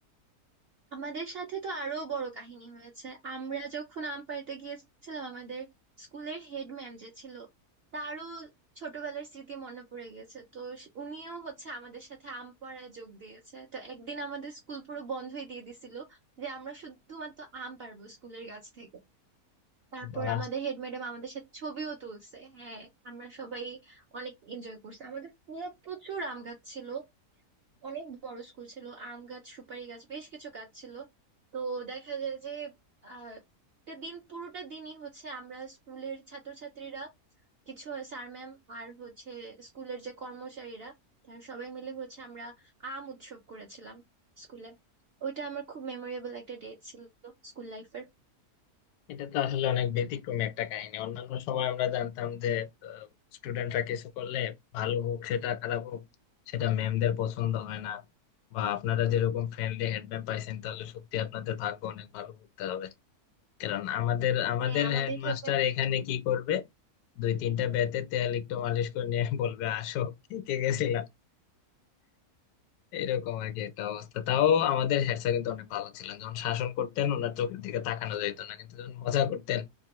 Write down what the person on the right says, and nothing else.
আমাদের সাথে তো আরো বড় কাহিনী হয়েছে আমরা যখন আম্পায়ারতে গিয়েছিলাম আমাদের স্কুলের হেড ম্যাম যে ছিল তারও ছোটবেলার স্মৃতি মনে পড়ে গেছে তো স- উনিও হচ্ছে আমাদের সাথে আম্পায়ারে যোগ দিয়েছে তো একদিন আমাদের স্কুল পুরো বন্ধই দিয়ে দিছিল যে আমরা শুধুমাত্র আম পারবো স্কুলের গাছ থেকে তারপর
আমাদের হেড ম্যাডাম আমাদের সাথে ছবিও তুলছে হ্যাঁ আমরা সবাই অনেক এনজয় করছি আমাদের স্কুলে প্রচুর আম গাছ ছিল অনেক বড় স্কুল ছিল আম গাছ সুপারি গাছ বেশ কিছু গাছ ছিল তো দেখা যায় যে আহ একটা দিন পুরোটা দিনই হচ্ছে আমরা স্কুলের ছাত্রছাত্রীরা কিছু স্যার ম্যাম আর হচ্ছে স্কুলের যে কর্মচারীরা তারা সবাই মিলে হচ্ছে আমরা আম উৎসব করেছিলাম স্কুলে ওইটা আমার খুব মেমোরেবল একটা ডে ছিল স্কুল লাইফের
হ্যাঁ আমাদের
হেড ম্যাম অনেক